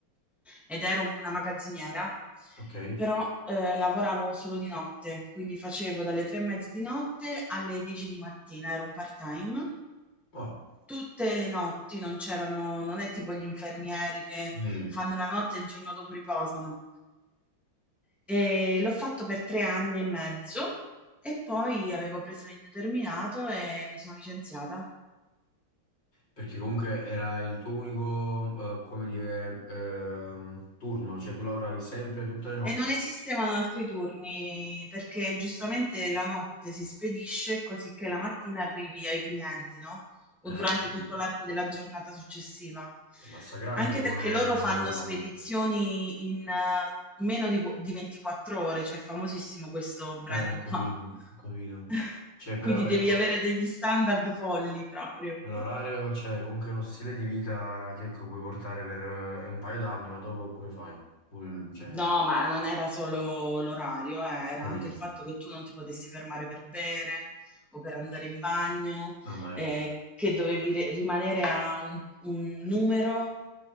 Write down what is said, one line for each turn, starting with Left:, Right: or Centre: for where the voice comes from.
Centre: ed ero una magazziniera,
Left: Ok.
Centre: però eh, lavoravo solo di notte, quindi facevo dalle tre e mezza di notte alle 10 di mattina, era un part-time.
Left: Wow.
Centre: Tutte le notti non c'erano, non è tipo gli infermieri che
Left: Mm.
Centre: fanno la notte e il giorno dopo riposano. E l'ho fatto per tre anni e mezzo e poi avevo preso l'indeterminato e mi sono licenziata.
Left: Perché comunque era il tuo unico, eh, come dire, ehm, turno, cioè tu lavoravi sempre tutte le notti.
Centre: E non esistevano altri turni perché giustamente la notte si spedisce così che la mattina arrivi ai clienti, no? O
Left: Eh,
Centre: durante
Left: ho capito.
Centre: tutto l'arco della giornata successiva.
Left: È massacrante
Centre: Anche
Left: come
Centre: perché loro fanno
Left: orario.
Centre: spedizioni in eh, meno di, qu- di 24 ore, cioè è famosissimo questo brand
Left: Eh, ho capito,
Centre: qua.
Left: ho capito.
Centre: <laughs>
Left: Cioè,
Centre: Quindi
Left: però ecco,
Centre: devi avere degli standard folli proprio.
Left: È Un orario, cioè, comunque uno stile di vita che ecco, puoi portare per eh, un paio d'anni, ma dopo come fai? Mm, cioè,
Centre: No, ma non era solo l'orario, eh, era
Left: mm,
Centre: anche il fatto che tu non ti potessi fermare per bere o per andare in bagno,
Left: mamma
Centre: eh,
Left: mia,
Centre: che dovevi re- rimanere a un, un numero.